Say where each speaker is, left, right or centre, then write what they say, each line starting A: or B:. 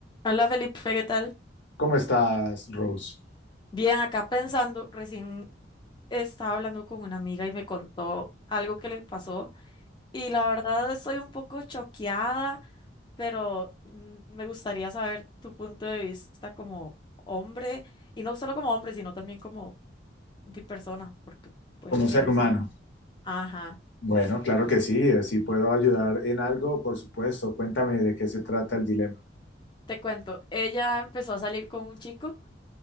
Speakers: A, on the left (about 25°); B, on the left (about 75°).
A: Hola Felipe, ¿qué tal?
B: ¿Cómo estás, Rose?
A: Bien, acá pensando, recién estaba hablando con una amiga y me contó algo que le pasó y la verdad estoy un poco choqueada, pero mm, me gustaría saber tu punto de vista como hombre y no solo como hombre, sino también como de persona, porque puede
B: Como
A: que
B: ser
A: les...
B: humano.
A: Ajá,
B: Bueno, claro que sí. Si puedo ayudar en algo, por supuesto. Cuéntame de qué se trata el dilema.
A: te cuento, ella empezó a salir con un chico